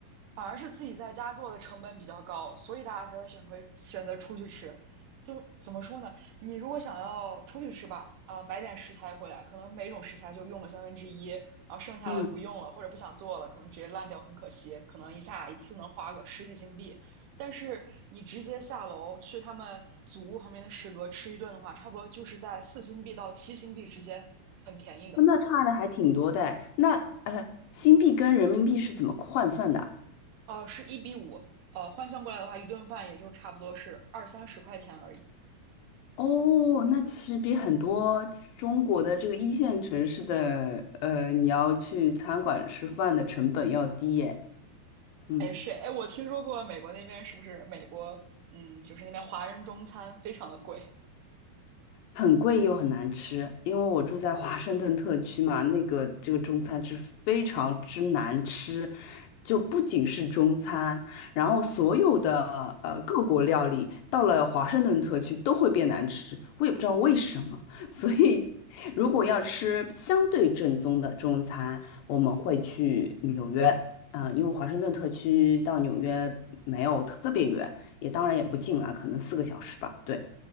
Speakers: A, on the right; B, on the left.
A: 反而是自己在家做的成本比较高，所以大家才会选回选择出去吃。就怎么说呢？你如果想要出去吃吧，呃，买点食材回来，可能每种食材就用个三分之一，然后剩下的不用了或者不想做了，
B: 嗯，
A: 可能直接烂掉，很可惜。可能一下一次能花个十几新币，但是你直接下楼去他们祖屋旁边的食阁吃一顿的话，差不多就是在四新币到七新币之间，很便宜的。
B: 那差的还挺多的哎。那呃，新币跟人民币是怎么换算的啊？
A: 呃，是一比五，呃，换算过来的话，一顿饭也就差不多是二三十块钱而已。
B: 哦，那其实比很多中国的这个一线城市的，呃，你要去餐馆吃饭的成本要低耶。嗯。
A: 哎，是哎，我听说过美国那边是不是美国，嗯，就是那边华人中餐非常的贵
B: 很贵又很难吃，因为我住在华盛顿特区嘛，那个这个中餐是非常之难吃，就不仅是中餐，然后所有的呃各国料理到了华盛顿特区都会变难吃，我也不知道为什么。所以如果要吃相对正宗的中餐，我们会去纽约，嗯、因为华盛顿特区到纽约没有特别远，也当然也不近啊，可能四个小时吧，对。